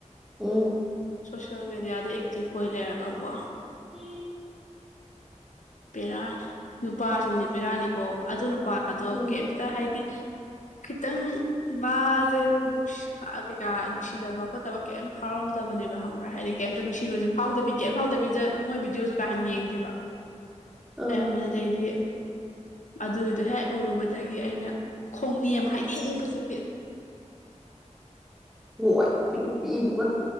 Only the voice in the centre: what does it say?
ꯎꯝ
ꯎꯝ
ꯎꯝ
<inaudible> ꯑꯥ
ꯍ ꯄ ꯄꯤꯗꯨꯒ